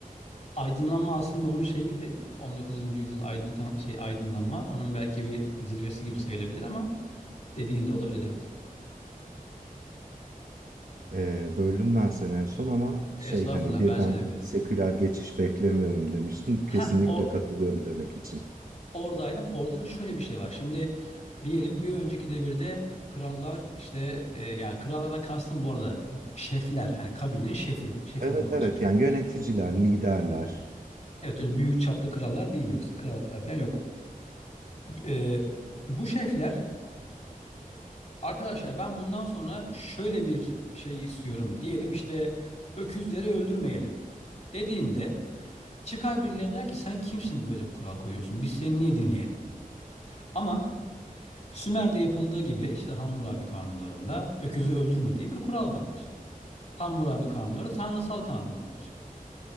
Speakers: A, on the left; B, on the right.
A: Aydınlanma aslında onun şeyiydi. 19. yüzyıl aydın, şey aydınlanma. Onun belki bir zirvesi gibi sayılabilir ama dediğin de olabilir evet.
B: e, böldüm ben seni en son ama
A: Estağfurullah
B: şey hani birden
A: ben seni böldüm.
B: seküler geçiş beklemiyorum demiştin. Kesinlikle
A: Ha o
B: katılıyorum demek için.
A: oradaydım. Orada da şöyle bir şey var. Şimdi diyelim bir önceki devirde krallar işte e, yani krallardan kastım bu arada şefler hani kabilenin şefi şefinden
B: Evet
A: bahsediyorum.
B: evet yani yöneticiler, liderler
A: Evet öyle büyük çaplı krallar değil yoksa krallıklar falan yok. E, bu şefler Arkadaşlar ben bundan sonra şöyle bir şey istiyorum. Diyelim işte öküzleri öldürmeyelim dediğinde çıkar birileri der ki sen kimsin böyle bir kural koyuyorsun? Biz seni niye dinleyelim? Ama Sümer'de yapıldığı gibi işte Hammurabi kanunlarında öküzü öldürme diye bir kural vardır. Hammurabi kanunları tanrısal kanunlardır.